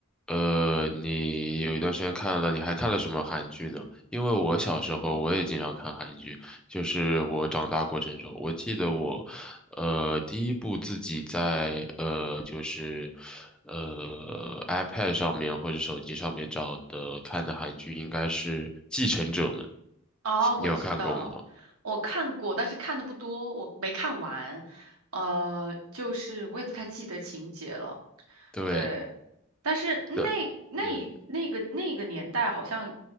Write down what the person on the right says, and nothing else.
嗯，
哦，我知道，
我看过，但是看的不多，我没看完，呃，就是我也不太记得情节了，
对。但是那
那一那个那个年代，
好像